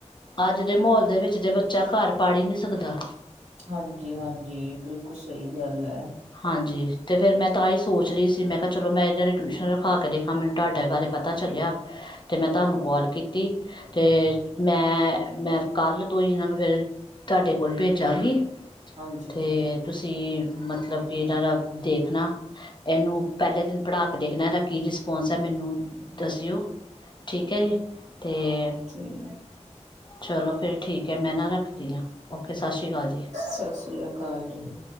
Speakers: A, on the left (about 40°); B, on the right (about 80°).
A: ਅੱਜ ਦੇ ਮਾਹੋਲ ਦੇ ਵਿੱਚ ਤੇ, ਬੱਚਾ ਘਰ ਪੜ ਹੀ ਨਹੀਂ ਸਕਦਾ।
B: ਹਾਂਜੀ- ਹਾਂਜੀ, ਬਿਲਕੁਲ ਸਹੀ ਗੱਲ ਹੈ।
A: ਹਾਂਜੀ ਤੇ ਫੇਰ ਮੈਂ ਤਾਂ ਹੀ, ਸੋਚ ਰਹੀ ਸੀ ਮੈਂ ਕਿਹਾ ਚਲੋ ਮੈਂ ਇਹਨਾਂ ਦੀ, ਟਿਊਸ਼ਨ ਰਖਾ ਕੇ ਦੇਖਾਂ। ਮੈਨੂੰ ਤੁਹਾਡੇ ਬਾਰੇ ਪਤਾ ਪਤਾ ਚੱਲਿਆ ਤੇ ਮੈਂ ਤੁਹਾਨੂੰ ਕੋਾਲ ਕੀਤੀ
B: ਹੂੰ।
A: ਤੇ ਮੈਂ। ਮੈਂ ਕੱਲ ਤੋਂ ਹੀ ਇਹਨਾਂ ਨੂੰ, ਫੇਰ ਤੁਹਾਡੇ ਕੋਲ ਭੇਜਾਂਗੀ।
B: ਹਾਂਜੀ,
A: ਤੇ
B: ਜ਼ਰੂਰ
A: ਤੁਸੀਂ ਮਤਲਬ ਕਿ, ਇਹਨਾਂ ਦਾ ਦੇਖਣਾ। ਇਹਨੂੰ ਪਹਿਲੇ ਦਿਨ ਪੜਾ ਕੇ ਦੇਖਣਾ, ਇਹਦਾ ਕੀ ਰਿਸਪੋਂਸ ਹੈ। ਮੈਨੂੰ ਦੱਸਿਓ। ਠੀਕ ਹੈ ਜੀ। ਤੇ
B: ਠੀਕ,
A: ਚਲੋ ਫੇਰ ਠੀਕ ਹੈ, ਮੈਂ ਨਾ ਰੱਖਦੀ ਹਾਂ। ਓਕੇ ਸਤਿ ਸ਼੍ਰੀ ਅਕਾਲ ਜੀ
B: ਸਤਿ ਸ੍ਰੀ ਅਕਾਲ ਜੀ।